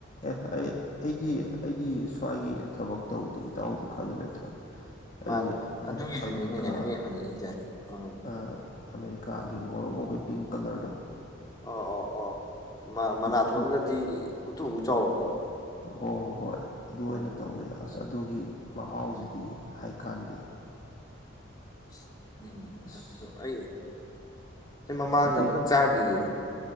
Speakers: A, on the left; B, on the left.
A: ꯑꯦ ꯑꯩ ꯑꯩꯗꯤ ꯑꯩꯗꯤ ꯁ꯭ꯋꯥꯏꯒꯤ ꯊꯕꯛ ꯇꯧꯗꯦ ꯏꯇꯥꯎꯁꯨ ꯈꯪꯉꯤ ꯅꯠꯇ꯭ꯔꯣ
B: <inaudible>
A: ꯑꯩ
B: ꯑꯗꯨꯒꯤꯁꯨꯅꯤꯅꯦꯅꯦ
A: ꯑꯃꯦꯔꯤꯀꯥ
B: ꯑꯩ ꯍꯪꯉꯛꯏꯁꯦ ꯎꯝ
A: ꯑꯥ ꯑꯃꯦꯔꯤꯀꯥꯒꯤ ꯉꯧꯔꯣꯛ ꯉꯧꯕ ꯄꯤꯡ ꯀꯥꯂ꯭ꯔꯗꯣ
B: ꯑꯣ ꯑꯣ ꯑꯣ ꯃꯥ ꯃꯅꯥꯇꯣꯟꯒꯗꯤ
A: ꯑꯗꯨ
B: ꯎꯇꯨꯞ ꯃꯨꯛ ꯆꯥꯎꯕꯗꯣ
A: ꯍꯣ ꯍꯣ ꯍꯣꯏ ꯑꯗꯨ ꯑꯣꯏꯅ ꯇꯧꯋꯦ ꯑꯁ ꯑꯗꯨꯒꯤ ꯃꯍꯥꯎꯁꯤꯗꯤ ꯍꯥꯏꯀꯥꯟꯗꯦ
B: <inaudible> ꯎꯝ
A: ꯑꯁ
B: ꯑꯩ ꯑꯩ ꯃꯃꯥꯡꯗ
A: ꯑꯗꯒꯤ
B: ꯑꯝꯇꯪ ꯆꯥꯒꯤꯌꯦ